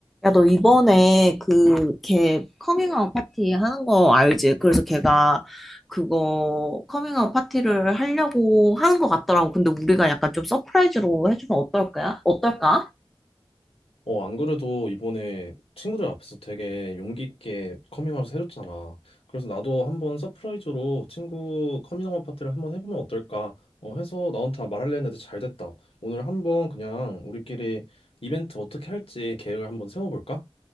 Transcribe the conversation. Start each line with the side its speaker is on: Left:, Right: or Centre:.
Centre: 야, 너 이번에 그, 걔 커밍아웃 파티 하는 거 알지? 그래서 걔가 그거 커밍아웃 파티를 하려고 하는 것 같더라고. 근데 우리가 약간 좀 서프라이즈로 해주면 어떨까? 어떨까?
Left: 어, 안 그래도 이번에 친구들 앞에서 되게 용기 있게 커밍아웃 해줬잖아. 그래서 나도 한번 서프라이즈로 친구 커밍아웃 파티를 한번 해보면 어떨까? 어, 해서 나한테 말하려 했는데 잘 됐다. 오늘 한번 그냥 우리끼리 이벤트 어떻게 할지 계획을 한번 세워볼까?